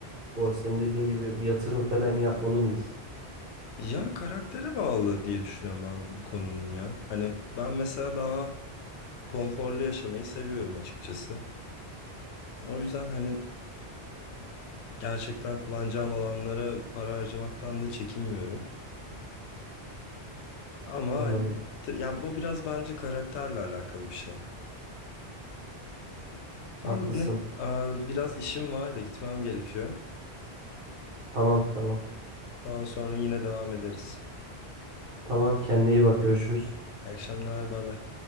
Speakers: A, on the right (about 55°); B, on the left (about 80°).
A: Bu senin dediğin gibi yatırım falan yapmalı mıyız?
B: Ya karaktere bağlı diye düşünüyorum ben bu konunun ya. Hani ben mesela daha konforlu yaşamayı seviyorum açıkçası. O yüzden hani gerçekten kullanacağım alanlara para harcamaktan da çekinmiyorum. Ama
A: Anladım.
B: hani ya bu biraz bence karakterle alakalı bir şey. Tamam
A: Haklısın.
B: benim e, biraz işim var da gitmem gerekiyor.
A: Tamam tamam.
B: Daha sonra yine devam ederiz.
A: Tamam kendine iyi bak görüşürüz.
B: İyi akşamlar, bay bay.